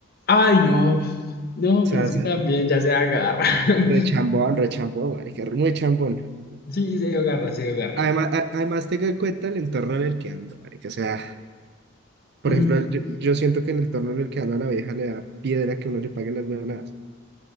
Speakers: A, on the left (about 50°); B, on the right (about 55°).
A: Ay, no, no,
B: O
A: pero
B: sea,
A: es que también ya se agarra. <laughs>
B: Rechambón, rechambón, marica, muy chambón.
A: Sí, se dio garra, se dio garra.
B: Además, a- además tenga en cuenta el entorno en el que ando, marica. O sea, por
A: Mm,
B: ejemplo, yo, yo siento que en el entorno en el que ando a la vieja le da piedra que uno le pague las huevonadas.